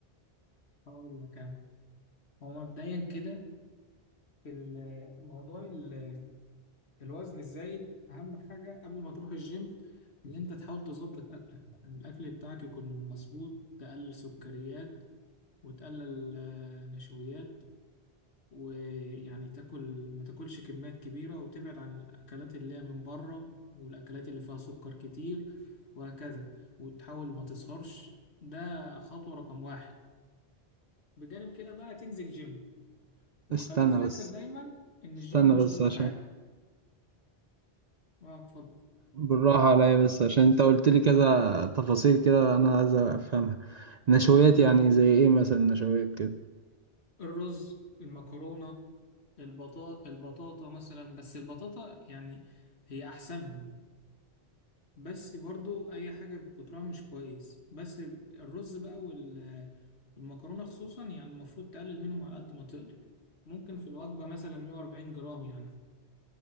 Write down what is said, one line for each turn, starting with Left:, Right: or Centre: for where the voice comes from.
Left: هقول لك انا هو مبدئيا كده في ال- موضوع ال- الوزن الزايد اهم حاجه قبل ما تروح الجيم ان انت تحاول تظبط اكلك يعني الاكل بتاعك يكون مظبوط تقلل سكريات وتقلل آه، نشويات ويعني تاكل ما تاكلش كميات كبيرة وتبعد عن الأكلات اللي هي من بره والأكلات اللي فيها سكر كتير وهكذا وتحاول ما تسهرش ده خطوة رقم واحد بجانب كده بقى تنزل جيم وخليك
Right: استنى
Left: فاكر
Right: بس
Left: دايما إن الجيم
Right: استنى
Left: مش
Right: بس
Left: كل
Right: عشان
Left: حاجة اه اتفضل
Right: بالراحه عليا بس عشان انت قلت لي كذا تفاصيل كده انا عايز افهمها نشويات يعني زي ايه مثلا نشويات كده
Left: الرز المكرونة البطاطا البطاطا مثلا بس البطاطا يعني هي أحسنهم بس برضو اي حاجة بكترها مش كويس بس الرز بقى وال- والمكرونة خصوصا يعني المفروض تقلل منهم على قد ما تقدر ممكن في الوجبة مثلا 140 جرام يعني